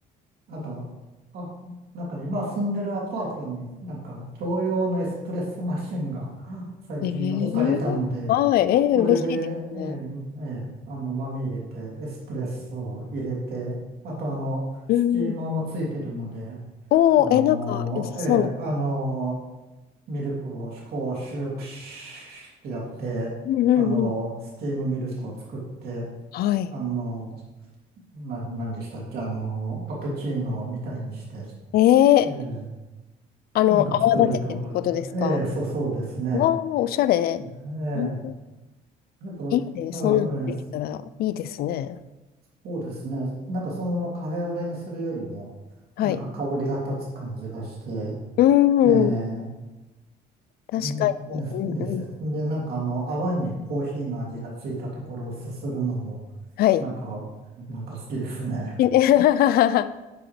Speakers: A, on the right (about 65°); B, on the left (about 65°).
A: なんか、あ、なんかね今住んでるアパートになんか共用のエスプレッソマシンが最近置かれたので、
B: ええはい、ええ嬉しいですね。
A: それで、ええええあの、豆入れて、エスプレッソを入れて、あとあの、
B: うん。
A: スチーマーもついてるので、
B: おー、
A: あのええあの
B: え、なんか良さそうな。
A: ミルクをこうシュープシューってやって、
B: うんうんうん。
A: あのスチームミルクを作って、
B: はい。
A: あのな、なんでしたっけ、あのカプチーノみたいにして、
B: えー、
A: ええ、
B: あの、
A: なんか作ると。
B: 泡立ててってことですか
A: ええ、そう、そうですね。
B: わあおしゃれ。
A: え
B: うん、
A: え、やっぱ、
B: いいね。そんなのできたらいいですね。
A: うんうん、そうですね。なんかそのままカフェオレにするよりも、
B: はい。
A: なんか香りが立つ感じがして、
B: う
A: ええ、
B: ん、確かに。
A: うんですです。
B: うんうん。
A: で、なんかあの、泡にコーヒーの味がついたところをすするのも、
B: はい。
A: なんか、なんか好きですね。
B: <laughs>